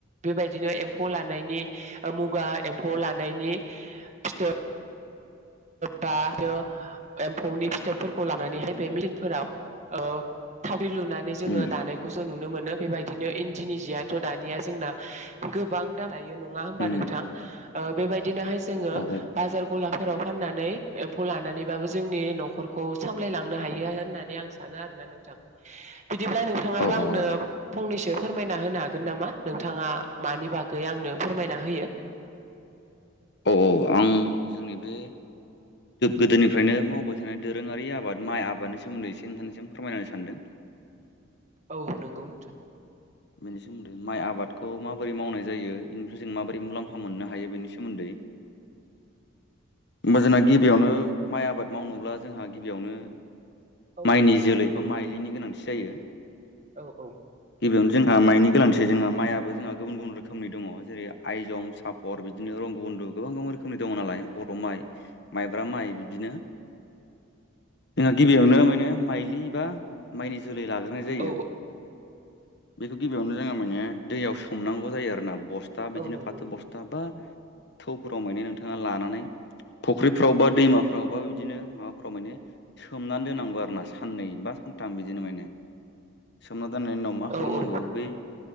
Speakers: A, on the right (about 35°); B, on the left (about 55°).
A: बेबायदिनो एम्फौ लानायनि ओ मुगा एम्फौ लानायनि फिथो बा आरो एम्फौनि फिथोबफोरखौ लानानैहाय बे मेचिनफोराव ओ थावख्रि लुनानै जोङो
B: उम
A: दानायखौ जों नुनो मोनो बेबायदिनो इन्दिनि जियाथ' दानिया जोंना गोबां दाम लायो नङा होमबा
B: उम
A: नोंथां ओ बेबायदिनो हाय जोङो
B: औ
A: बाजार गलाफोराव फाननानै एम्फौ लानानैबाबो जोंनि न'खरखौ सामलायलांनो हायो होननानै आं सानो आरोना नों थां बिदिब्ला नोंथाङाबो
B: औ
A: आंनो फंनैसो फोरमायना होनो हा गोन नामा नोंथाङा मानि बागै आंनो फोरमायना होयो
B: औ औ आं जोंनि बे गोदोनिफ्रायनो मावबाय थानाय दोरोङारि आबाद माइ आबादनि सोमोन्दै एसे नोंथांनिसिम फोरमायनो सानदों
A: औ नंगौ नोंथां
B: बेनि सोमोन्दै माइ आबादखौ माबोरै मावनाय जायो बेनिफ्राय जों माबोरै मुलाम्फा मोननो हायो बेनि सोमोन्दै
A: <unintelligible>
B: होमबा जोंना गिबियावनो माइ आबाद मावनोब्ला जोंहा गिबियावनो
A: औ
B: माइनि
A: औ नंगौ
B: जोलै
A: नोंथां
B: बा माइलिनि गोनांथि जायो
A: औ औ
B: गिबियावनो जोंहा माइनि गोनांथि जोंहा माइयो जोंहा गुबुन गुबुन रोखोमनि दङ जेरै आइजं सापर बिदिनो बं ब' गोबां गोबां रोखोमनि दङ नालाय बर' माइ माइब्रा माइ बिदिनो जोंहा गिबियावनो माने माइलि बा माइनि जोलै लाग्रोनाय जायो
A: औ
B: बेखौ गिबियावनो जोंहा माने दैयाव सोमनांगौ जायो आरोना बस्था बिदिनो
A: औ नंगौ
B: फाथो
A: नोंथां
B: बस्था बा थौफोराव माने नोंथाङा लानानै फुख्रिफ्राव बा दैमाफ्रावबा बिदिनो माबाफोराव माने सोमनानै दोननांगौ आरो ना साननै बा सानथाम बिदिनो माने सोमना दोननायनि उनाव मा खालामनांगौ
A: औ औ
B: बै